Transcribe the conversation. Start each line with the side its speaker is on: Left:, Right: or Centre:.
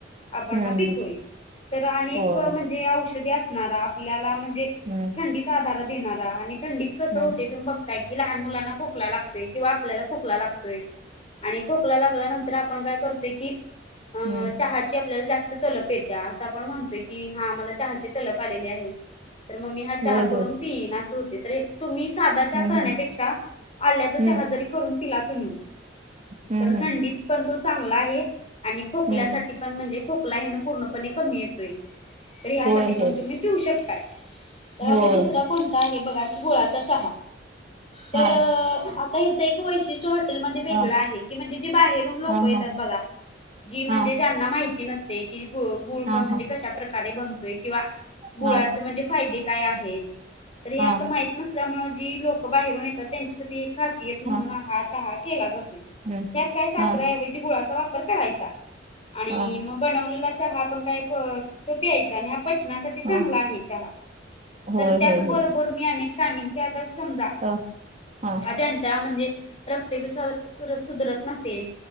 Left: आपण
Right: हम्म
Left: हा पितोय तर अनेक
Right: होय
Left: म्हणजे औषधी असणारा. आपल्याला म्हणजे
Right: हम्म
Left: थंडीत आधार देणारा आणि थंडीत कस
Right: हम्म
Left: हो. थून बघताय की लहान मुलांना खोकला लागतोय किंवा आपल्याला खोकला लागतोय. आणि खोकला लागल्यानंतर आपण काय करतोय की अ
Right: हम्म
Left: चहाची आपल्याला जास्त तलप येत्या असं आपण म्हणतोय की हा आमला चहाचे तलप आलेली आहे. तर मम्मी हा चहा
Right: होय
Left: करून
Right: होय
Left: पिईन अस होते तर तुम्ही साधा
Right: हम्म
Left: चहा करण्यापेक्षा
Right: हम्म
Left: आल्याचा
Right: हम्म
Left: चहाजरी करून पिला तुम्ही
Right: हम्म
Left: तर
Right: हम्म हम्म
Left: थंडीत पण तो चांगला आहे. आणि खोकल्यासाठी
Right: हम्म
Left: पण म्हणजे खोकला हे ना पूर्णपणे कमी येतोय तर ह्यासाठी
Right: होय
Left: पण
Right: होय
Left: तुम्ही? पिऊ शकताय तर आता
Right: होय
Left: दुसरा कोणता आहे बघा की गोळा च तर
Right: हा
Left: आता ह्याच एक वैशिष्ट्य हॉटेलमध्येध्ये वेगळ
Right: हा
Left: आहे की म्हणजे जे बाहेरून लोक
Right: हा
Left: येतात
Right: हा
Left: बघा. जी म्हणजे
Right: हा
Left: ज्यांना माहिती नसते की ग गुळ
Right: हा
Left: म्हणजे
Right: हा
Left: कशा प्रकारे बनतोय किंवा गुळाचे
Right: हा
Left: म्हणजे फायदे काय आहेत. तरी हे
Right: हा
Left: असं माहत नसल्यामुळे जी लोकं बाहेरून येतात त्यांच्यासाठी एक खासियत म्हणून
Right: हा
Left: आहात, आहात केला जातो
Right: हम्म
Left: त्यात काय सााखर
Right: हा
Left: आहेजी गुळाचा वापर करायचा. आणि
Right: हा
Left: मग बनवलेला चहा पण काय तो प्यायचा आणि पचनासाठी चांगला
Right: हा
Left: आहे चहा
Right: होय
Left: तर त्याचबरोबर.
Right: होय होय
Left: मी अनेक सांगिले आता समजा.
Right: हा. हा
Left: भाज्यांचा म्हणजे रक्त सुधरत नसेल.